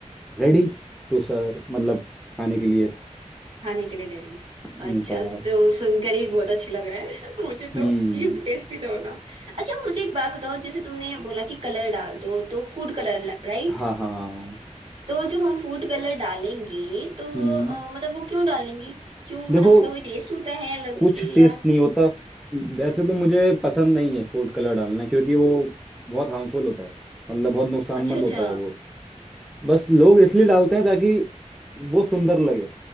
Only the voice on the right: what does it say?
खाने के लिए रेडी
अच्छा
तो सुनकर ही बहुत अच्छी लग रहा है <laughs> मुझे
तो ये टेस्टी तो होगा अच्छा मुझे एक बात बताओ जैसे तुमने बोला कि कलर डाल दो तो फूड कलर राइट
तो जो हम फूड कलर डालेंगे तो
अ, मतलब वो क्यों डालेंगे क्यों मतलब
उसका कोई टेस्ट होता है अलग
से या
अच्छा अच्छा